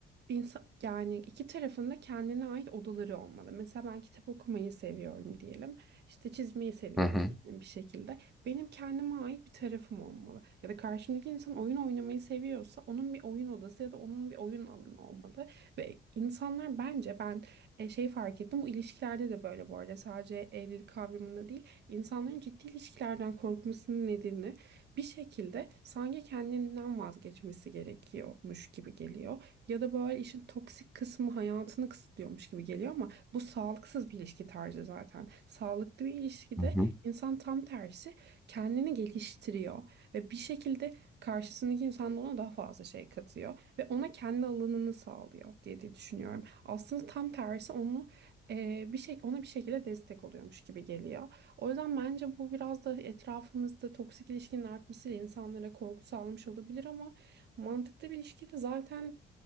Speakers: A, on the right; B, in the centre.
A: İnsan, yani iki tarafında kendine ait odaları olmalı. Mesela ben kitap okumayı seviyorum diyelim. İşte çizmeyi seviyorum
B: Hı hı.
A: diyelim bir şekilde. Benim kendime ait bir tarafım olmalı. Ya da karşımdaki insan oyun oynamayı seviyorsa onun bir oyun odası ya da onun bir oyun alanı olmalı. Ve insanlar bence ben e, şey fark ettim. Bu ilişkilerde de böyle bu arada sadece evlilik kavramında değil. insanların ciddi ilişkilerden korkmasının nedeni bir şekilde sanki kendinden vazgeçmesi gerekiyormuş gibi geliyor. Ya da böyle işin toksik kısmı hayatını kısıtlıyormuş gibi geliyor ama bu sağlıksız bir ilişki tarzı zaten. Sağlıklı bir ilişkide
B: Hı hı.
A: insan tam tersi kendini geliştiriyor ve bir şekilde karşısındaki insan da ona daha fazla şey katıyor ve ona kendi alanını sağlıyor diye, diye düşünüyorum. Aslında tam tersi onu e, bir şey ona bir şekilde destek oluyormuş gibi geliyor. O yüzden bence bu biraz da etrafımızda toksik ilişkinin artmasıyla insanlara korku sağlamış olabilir ama mantıklı bir ilişkide zaten